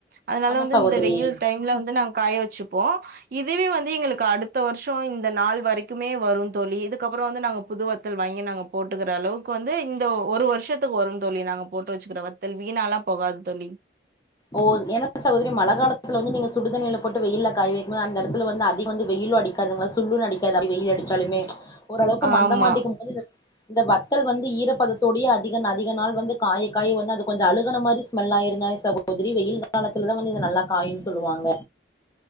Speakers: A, on the right; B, on the left.
A: அதனால
B: ஆமா
A: வந்து
B: சகோதரி
A: இந்த வெயில் டைம்ல வந்து நாங் காய வச்சுப்போ இதுவே வந்து எங்களுக்கு அடுத்த வர்ஷோ இந்த நாள் வரைக்குமே வரு தோழி இதுக்கப்பறோ வந்து நாங்க புது வ த்தல் வாங்கி நாங்க போட்டுக்கிற அளவுக்கு வந்து இந்த ஒரு வருஷத்துக்கு வரு தோழி நாங்க போட்டு வச்சுக்கிற வத் தல் வீணால்லா போகாது தோழி
B: ஓ எனக்கு சகோதரி மழ காலத்துல வந்து நீங்க சுடுதண்ணில போட்டு வெயில்ல காய வைக் போ அந்த இடத்துல வந்து அதிக வந்து வெயிலு அடி க்காதுங்லா சுல்லுனு அடிக்காது அப்டி வெயில் அடிச்சாலுமே ஓரளவுக்கு மந்தமா
A: ஆமா
B: அடிக்கும் போது இந்த வத்தல் வந்து ஈரப்பதத்தோடேயே அதிக நா அதிக நாள் வந்து காய காய வந்து அது கொஞ்ச அழுகன மாரி ஸ்மெல்லா ஆயிருந்தாலு ச கோதிரி வெயில் காலத்துலதா வந்து இது நல்லா காயுன் சொல்லுவாங்க